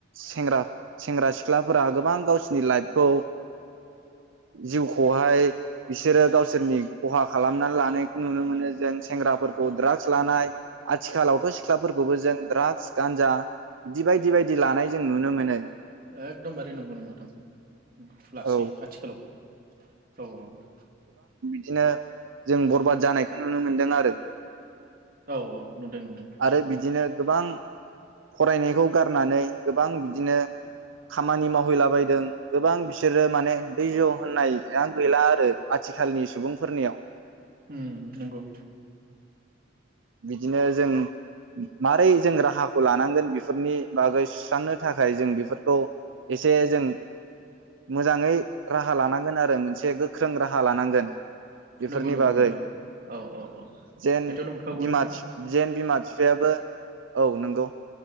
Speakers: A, on the right (about 80°); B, on the right (about 45°).
A: सेंग्रा सेंग्रा सिख्लाफोरा गोबां गावसोरनि लाइफखौ जिउखौहाय बिसोरो गावसोरनि खहा खालामनानै लानाय नुनो मोनो जों सेंग्राफोरखौ द्राग्स लानाय आथिखालावथ' सिख्लाफोरखौबो जों ड्राग्स गान्जा बिदि बायदि बायदि लानाय जों नुनो मोनो ।
B: एकदमबारे नंगौ नंगौ नोंथां लासै
A: औ
B: आथिखालाव औ औ ।
A: दिनो जों बरबाद जानायखौ नुनो मोनदों आरो
B: औ औ नुदों नुदों
A: आरो बिदिनो गोबां फरायनायखौ गारनानै गोबां बिदिनो खामानि मावहैलाबायदों गोबां बिसोरो माने दैज' होननाया गैला आरो आथिखालनि सुबुंफोरनियाव
B: उम नोंगौ ।
A: बिदिनो जों मारै जों राहाखौ लानांगोन बेफोरनि बागै सुस्रांनो थाखाय जों बेफोरखौ एसे जों मोजाङै राहा लानांगोन आरो मोनसे गोख्रों राहा लानांगोन बेफोरनि
B: नंगौ नंगौ
A: बागै
B: नोंथां औ औ औ
A: जेन
B: बेथ' नंखागौआनोखा।
A: बिमा जेन बिमा बिफायाबो औ नंगौ